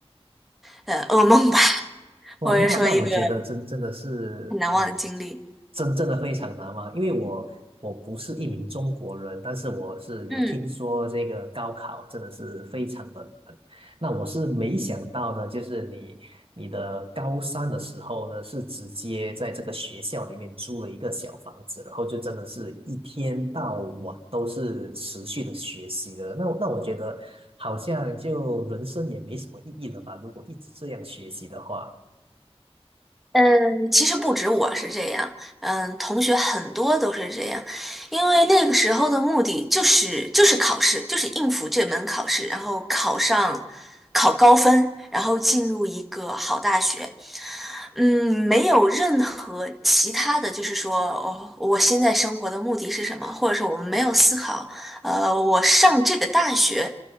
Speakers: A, in the centre; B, on the right.
A: 呃噩梦吧。
B: 哇，
A: 或者说一个
B: 那那我觉得真真的是，
A: 很难忘的经历。
B: 嗯，真正的非常难忘，因为我我不是一名中国人，但是我是有听说这个高考真的是非常的难。
A: 嗯，
B: 那我是没想到的，就是你你的高三的时候呢，是直接在这个学校里面租了一个小房子，然后就真的是一天到晚都是持续的学习的。那那我觉得好像就人生也没什么意义了吧，如果一直这样学习的话。
A: 嗯，其实不止我是这样，嗯，同学很多都是这样，因为那个时候的目的就是就是考试，就是应付这门考试，然后考上，考高分，然后进入一个好大学。嗯，没有任何其他的就是说，哦，我现在生活的目的是什么，或者是我们没有思考，呃，我上这个大学，